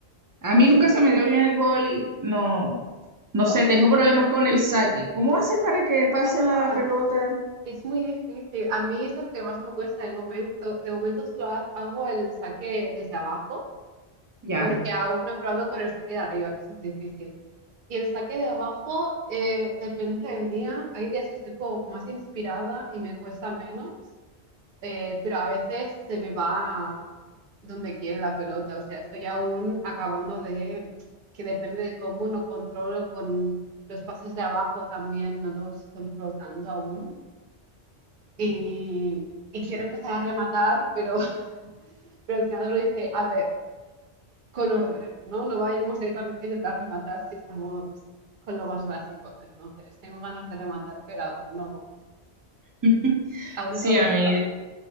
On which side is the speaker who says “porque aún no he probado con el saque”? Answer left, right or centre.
Right